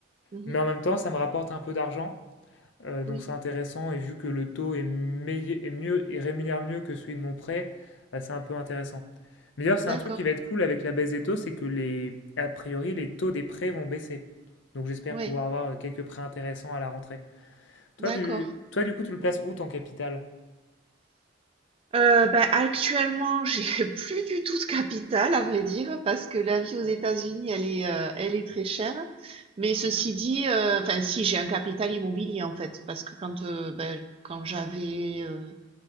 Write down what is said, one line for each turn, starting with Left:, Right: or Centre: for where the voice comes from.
Right: Mhm.
Left: mais en même temps ça me rapporte un peu d'argent euh, donc
Right: Oui,
Left: c'est intéressant et vu que le taux est, meille- est mieux et rémunère mieux que celui de mon prêt, bah, c'est un peu intéressant. Mais d'ailleurs, c'est
Right: d'accord.
Left: un truc qui va être cool avec la baisse des taux, c'est que les, a priori, les taux des prêts vont baisser. Donc j'espère
Right: Ouais,
Left: pouvoir avoir euh, quelques prêts intéressants à la rentrée. Toi,
Right: d'accord.
Left: tu, toi, du coup, tu le places où ton capital?
Right: Euh, bah, actuellement, j'ai <laughs> plus du tout de capital, à vrai dire, parce que la vie aux États-Unis, elle est, euh, elle est très chère. Mais ceci dit, euh, enfin, si j'ai un capital immobilier en fait, parce que quand, euh, ben, quand j'avais euh,